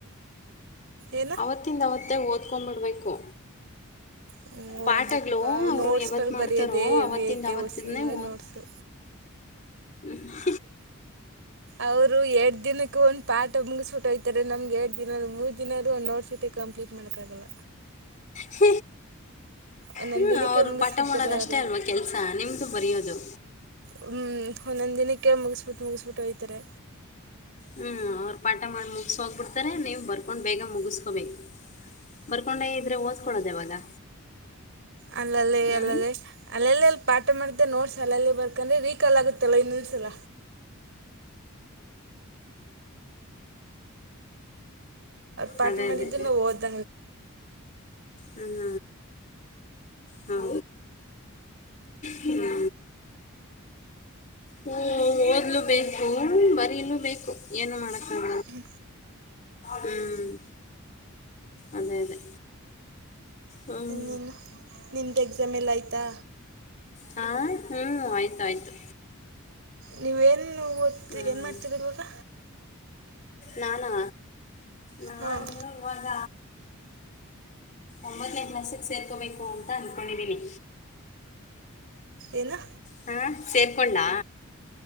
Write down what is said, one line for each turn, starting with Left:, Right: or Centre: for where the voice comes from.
Right: ಏನು
Left: ಅವತ್ತಿಂದವತ್ತೇ ಓದ್ಕೊ್ಂಬಿಡ್ಬೇಕು
Right: ಹ್ಞೂ
Left: ಪಾಠಗಳು
Right: ಓದಬೇಕಕ್ಕ
Left: ಅವರು
Right: ನೋಟ್ಸ್ಗಳು
Left: ಯಾವತ್ ಮಾಡ್ತಾರೋ
Right: ಬರೆಯೋದೇ ಹೆವಿ
Left: ಅವತ್ತಿಂದ
Right: ಐತೆ
Left: ಅವತ್ತನೇ
Right: ಒಸಿ ಎಲ್ಲ
Left: ಓ
Right: ನೋಟ್ಸು
Left: ಹ್ಮ
Right: ಅವ್ರು ಎರಡ್ ದಿನಕ್ಕೂ ಒಂದ್ ಪಾಠ ಮುಗಸ ಬಿಟ್ಟ ಹೋಗತ್ತಾರೆ ನಮ್ಗೆ ಮೂರ್ ದಿನ ಆದ್ರೂ ಒಂದು ನೋಟ್ಸ ಕಂಪ್ಲೀಟ್ ಮಾಡಕ್ಕ ಆಗಲ್ಲ
Left: ಹ
Right: ಒಂದೊಂದು
Left: ಹ್ಮ್
Right: ದಿನಕ್ಕೆ
Left: ಅವರು
Right: ಮುಗಿಸ್ಬಿಡ್ತಾರೆ
Left: ಪಾಠ ಮಾಡೋದಷ್ಟೇ
Right: ಅವರು
Left: ಅಲ್ವಾ ಕೆಲ್ಸ ನಿಮ್ದು ಬರಿಯೋದು
Right: ಹ್ಮ್ ಒಂದೊಂದ್ ದಿನಕ್ಕೆ ಮುಗಿಸಬಿಟ್ಟು ಮುಗಿಸಬಿಟ್ಟು ಹೊಯ್ತರೆ
Left: ಹ್ಮ್ ಅವ್ರು ಪಾಠ ಮಾಡಿ ಮುಗಸ ಹೋಗ್ಬಿಡ್ತಾರೆ ನೀವು ಬರ್ಕೊಂಡ್ ಬೇಗ ಮುಗಸ್ಕೋಬೇಕು ಬರ್ಕೊಂಡೆ ಇದ್ರೆ ಓದ್ಕೊಳೋದ ಯಾವಾಗ
Right: ಅಲ್ಲಲ್ಲೇ
Left: ಹ್ಞೂ
Right: ಅಲ್ಲದೆ ಅಲ್ಲೆಲ್ಲ ಅಲ್ಲಿ ಪಾಠ ಮಾಡ್ದೆ ನೋಡ್ಸ ಶಾಲೆಯಲ್ಲಿ ಬರ್ಕಂದ್ರೆ ರೀಕಾಲ್ ಆಗುತ್ತಲ್ಲ ಇನ್ನೊಂದಸಲ ಪಾಠ
Left: ಅದೇ
Right: ಮಾಡಿದ್ದರು
Left: ಅದೇ
Right: ನಾವು ಓದ್
Left: ಹ್ಮ ಹ್ಮ ಹ್ಮ್ <unintelligible> ಹ ಓದ್ಲು ಬೇಕು, ಬರೀಲು ಬೇಕು, ಏನು ಮಾಡಕಾಗಲಾ
Right: ಹ್ಮ
Left: ಹ್ಮ್ ಅದೇ ಅದೇ ಹ್ಮ್
Right: ನು ನಿಮ್ದು ಎಕ್ಸಾಮ್ ಎಲ್ಲಾ ಆಯ್ತಾ
Left: ಹಾ ಹ್ಮ್ ಆಯ್ತ ಆಯ್ತು
Right: ನೀವೇನು ಓದ್
Left: ಹ್ಮ್
Right: ಏನ್ ಮಾಡ್ತೀರ ಇವಾಗ
Left: ನಾನಾ ನಾನು
Right: ಹಾಂ
Left: ಇವಾಗ ಒಂಬತ್ತನೈ ಕ್ಲಾಸಕ್ ಸೇರ್ಕೋಬೇಕು ಅಂತ ಅನ್ಕೊಂಡಿದೀನಿ
Right: ಏನು
Left: ಹಾ ಸೇರ್ಕೊಂಡನಾ